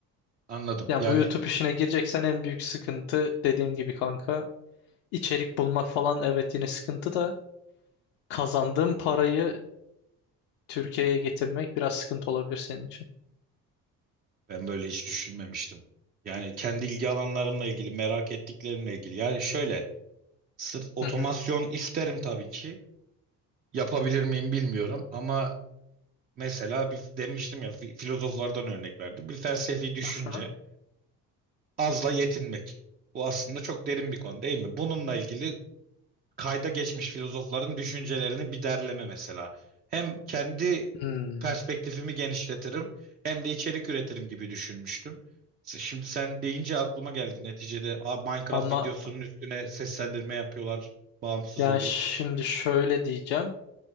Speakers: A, on the right (about 25°); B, on the left (about 60°).
A: Anladım.
B: Yani
A: Yani
B: bu YouTube işine gireceksen en büyük sıkıntı dediğim gibi kanka İçerik bulmak falan evet yine sıkıntı da kazandığın parayı Türkiye'ye getirmek biraz sıkıntı olabilir senin için.
A: Ben böyle hiç düşünmemiştim. Yani kendi ilgi alanlarımla ilgili, merak ettiklerimle ilgili. Yani şöyle, sırf otomasyon
B: Hı hı.
A: isterim tabii ki. Yapabilir miyim bilmiyorum ama mesela bir, demiştim ya fi- filozoflardan örnek verdim. Bir felsefi düşünce
B: Aha.
A: azla yetinmek. Bu aslında çok derin bir konu değil mi? Bununla ilgili kayda geçmiş filozofların düşüncelerinin bir derleme mesela. Hem kendi
B: Hmm.
A: perspektifimi genişletirim hem de içerik üretirim gibi düşünmüştüm. Şimdi sen deyince aklıma geldi neticede "Aa, Minecraft
B: Ama
A: videosunun üstüne seslendirme yapıyorlar, bağımsız
B: yani
A: oluyor.
B: şimdi şöyle diyeceğim.